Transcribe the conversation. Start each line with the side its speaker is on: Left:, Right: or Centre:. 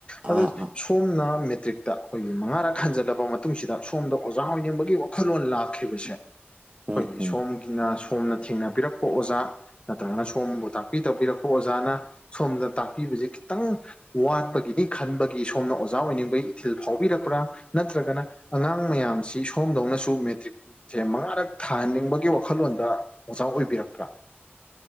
Left: ꯑꯗꯣ
Right: ꯑꯥ ꯑꯥ
Left: ꯁꯣꯝꯅ ꯃꯦꯇ꯭ꯔꯤꯛꯇ ꯑꯈꯣꯏꯒꯤ ꯃꯉꯥꯔꯛ ꯍꯟꯖꯜꯂꯕ ꯃꯇꯨꯡꯁꯤꯗ ꯁꯣꯝꯗ ꯑꯣꯖꯥ ꯑꯣꯏꯅꯤꯡꯕꯒꯤ ꯋꯥꯈꯜꯂꯣꯟ ꯂꯥꯛꯈꯤꯕꯁꯦ ꯑꯈꯣꯏꯒꯤ
Right: ꯎꯝ ꯎꯝ
Left: ꯁꯣꯝꯒꯤꯅ ꯁꯣꯝꯅ ꯊꯦꯡꯅꯕꯤꯔꯛ ꯑꯣꯖꯥ ꯅꯠꯇ꯭ꯔꯒꯅ ꯁꯣꯝꯕꯨ ꯇꯥꯛꯄꯤ ꯇꯧꯕꯤꯔꯛꯄ ꯑꯣꯖꯥꯅ ꯁꯣꯝꯗ ꯇꯥꯛꯄꯤꯕꯁꯦ ꯈꯤꯇꯪ ꯋꯥꯠꯄꯒꯤꯅꯤ ꯈꯟꯕꯒꯤ ꯁꯣꯝꯅ ꯑꯣꯖꯥ ꯑꯣꯏꯅꯤꯡꯕꯒꯤ ꯏꯊꯤꯜ ꯐꯥꯎꯕꯤꯔꯛꯄ꯭ꯔꯥ ꯅꯠꯇ꯭ꯔꯒꯅ ꯑꯉꯥꯡ ꯃꯌꯥꯝ ꯃꯌꯥꯝꯁꯤ ꯁꯣꯝꯗꯧꯅꯁꯨ ꯃꯦꯇ꯭ꯔꯤꯛꯁꯦ ꯃꯉꯥꯔꯛ ꯊꯥꯍꯟꯅꯤꯡꯕꯒꯤ ꯋꯥꯈꯜꯂꯣꯟꯗ ꯑꯣꯖꯥ ꯑꯣꯏꯕꯤꯔꯛꯄ ꯇ꯭ꯔꯥ